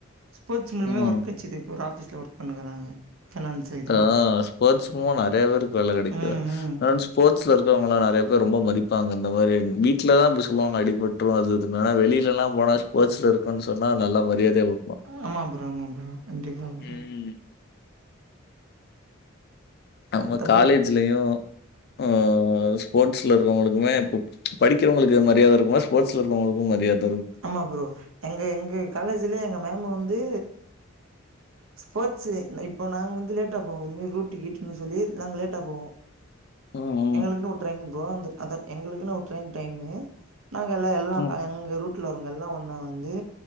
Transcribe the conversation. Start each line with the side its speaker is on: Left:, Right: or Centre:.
Right: ஸ்போர்ட்ஸ் மன்வே
Left: ம்.
Right: ஒர்க் கெடச்சுது இப்ப ஒரு ஆஃபீஸில ஒர்க் பண்ணுக்குறாங்க ஃபினான்ஸ் இதுவா
Left: ஆ ஸ்போர்ட்ஸ்க்கு நெறைய பேருக்கு வேல கெடைக்கு
Right: ம் ம்
Left: ஸ்போர்ட்ஸ்ல இருக்குறவுங்களா நெறையா பேர் ரொம்ப மதிப்பாங்க இந்த மாரி வீட்ல தா இப்டி சொல்வாங்க அடிப்பட் ரு அது இதுன்னு ஆனா வெளிலெல்லா போனா ஸ்போர்ட்ஸ்ல இருக்கோன் சொன்னா நல்லா மரியாதையாவு
Right: ம் ஆமா ப்ரோ ஆமா ப்ரோ கண்டிப்பா ப்ரோ
Left: ம். நம்ம
Right: அதா
Left: காலேஜ்லயு
Right: ப்ரோ
Left: ம் ஸ்போர்ட்ஸ்ல இருக்கவுங்களுக் க்குமே இப்ப படிக்கிறவளுக்கு மரியாத இருக்குமா ஸ்போர்ட்ஸ்ல இருக்கவங்களுக்கு மரியாத
Right: ஆமா ப்ரோ எங்க எங்க காலேஜுலே எங்க மேம்ம வந்து ஸ்போர்ட்ஸ்ஸு இப்போ நாங்க வந்து லேட்டா போவோ இந்த மாரி ரூட்டு கீட்டுன்னு சொல்லி நாங்க லேட்டா போவோ
Left: ம், ம்,
Right: எங்களுக்குனு ஒரு ட்ரெயின் ப்ரோ அந்த தட் அத எங்களுக்குன்னு ஒரு ட்ரெயின் டைமு நாங்க எல்லா எல்லா
Left: ம்,
Right: பே எங்க ரூட்ல வரவுங்க எல்லா ஒன்னா வந்து